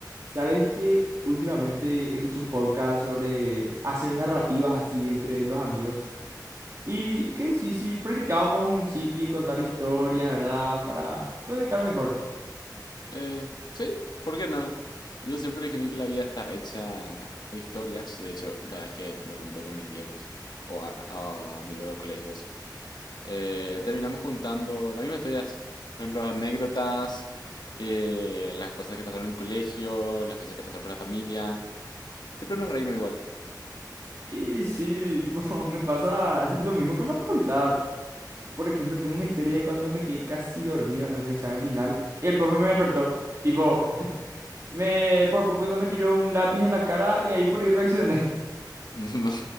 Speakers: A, on the right; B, on the left.
A: ¿Sabes que Últimamente escuché un podcast sobre hacer narrativas así entre los amigos. Y que sí, sí, practicábamos un chiqui, contar historias, ¿verdad? Para conectar mejor.
B: Eh, sí, ¿por qué no? Yo siempre creí que la vida está hecha de historias. De hecho, cada vez que me junto con mis viejos o a, o a amigos de colegios, eh, terminamos contando las mismas historias. Por ejemplo, anécdotas, eh, las cosas que pasaron en el colegio, las cosas que pasaron con la familia. Siempre nos reímos igual.
A: Y sí, tipo, <laughs> me pasa lo mismo con la facultad. Por ejemplo, tengo una historia de cuando me quedé casi dormido en un examen final y el profe me despertó. Tipo, <laughs> me por poco no me tiró un lápiz en la cara y ahí por ahí reaccioné. <laughs>
B: <laughs> No,